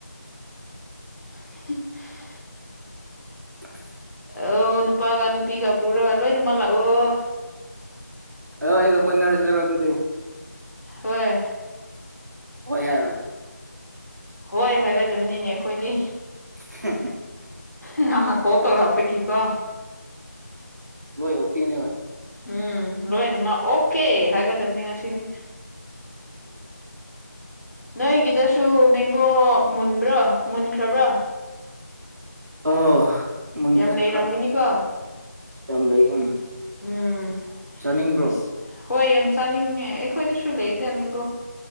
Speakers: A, on the left (about 60°); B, on the right (about 65°).
A: <unintelligible>
B: ꯑꯥ
A: ꯑ ꯅꯨꯄꯥꯒ ꯅꯨꯄꯤꯒ ꯄꯨꯔꯒ ꯂꯣꯏꯅ ꯃꯂ ꯑꯣ
B: ꯑ ꯑꯩꯒ ꯀꯣꯏꯟꯅꯁ ꯇꯗꯤ
A: ꯍꯣꯏ
B: ꯑꯣ ꯍꯦ
A: ꯍꯣꯏ ꯍꯥꯏꯒꯗꯕꯅꯤꯅꯦ ꯑꯩꯈꯣꯏꯗꯤ
B: <inaudible>
A: ꯉꯃ ꯀꯠꯇꯧꯔ ꯑꯄꯥꯒꯤ ꯀꯣ
B: ꯂꯣꯏ ꯑꯣꯀꯦꯅꯦꯕ
A: ꯎꯝ ꯂꯣꯏꯅ ꯑꯣꯀꯦ ꯍꯥꯏꯒꯗꯕꯅꯤ ꯉꯁꯤꯗꯤ ꯅꯣꯏꯒꯤꯗꯁꯨ ꯃꯦꯡꯒꯣ ꯃꯨꯟꯕ꯭ꯔꯣ ꯃꯨꯟꯈ꯭ꯔꯕ꯭ꯔꯥ
B: <unintelligible>
A: ꯌꯥꯝ ꯂꯩꯔꯝꯒꯅꯤꯀꯣ ꯎꯝ
B: ꯆꯥꯅꯤꯡꯕ꯭ꯔꯣ
A: ꯑꯁ ꯍꯣꯏ ꯌꯥꯝ ꯆꯥꯅꯤꯡꯉꯦ ꯑꯩꯈꯣꯏꯗꯁꯨ ꯂꯩꯗ ꯃꯤꯡꯒꯣ